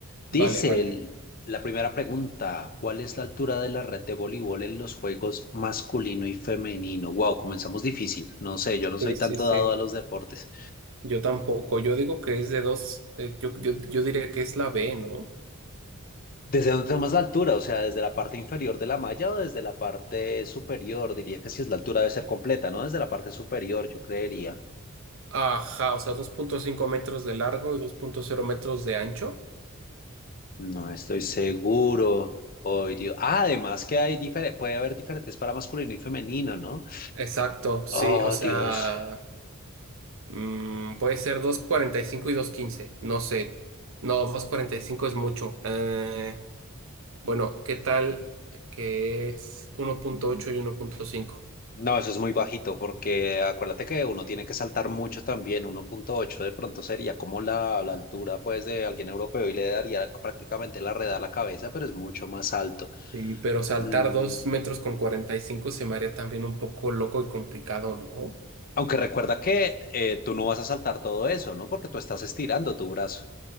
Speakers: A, on the left; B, on the right.
A: Dice
B: Vale, vale.
A: el- la primera pregunta, ¿cuál es la altura de la red de voleibol en los juegos masculino y femenino? Wow, comenzamos difícil. No sé, yo no soy
B: Sí,
A: tanto
B: sí, sí.
A: dado a los deportes.
B: Yo tampoco. Yo digo que es de dos, eh, yo, yo, yo diría que es la B, ¿no?
A: ¿Desde dónde tomas la altura? O sea, ¿desde la parte inferior de la malla o desde la parte superior? Diría que si es la altura debe ser completa, ¿no? Desde la parte superior, yo creería.
B: Ajá, o sea, dos punto cinco metros de largo y dos punto cero metros de ancho.
A: No estoy seguro. Oh, Dios. Ah, además que hay difere- puede haber diferentes para masculino y femenino, ¿no?
B: Exacto, sí,
A: Oh,
B: o sea,
A: Dios.
B: mm, puede ser dos cuarenta y cinco y dos quince. no sé. No, dos cuarenta y cinco es mucho. Eh, bueno, ¿qué tal que es uno punto ocho y uno punto cinco?
A: No, eso es muy bajito porque acuérdate que uno tiene que saltar mucho también, Uno punto ocho, de pronto sería como la, la altura pues de alguien europeo y le daría prácticamente la red a la cabeza, pero es mucho más alto.
B: Sí, pero saltar
A: Mm,
B: dos metros con 45 se me haría también un poco loco y complicado, ¿no?
A: aunque recuerda que eh, tú no vas a saltar todo eso, ¿no? Porque tú estás estirando tu brazo.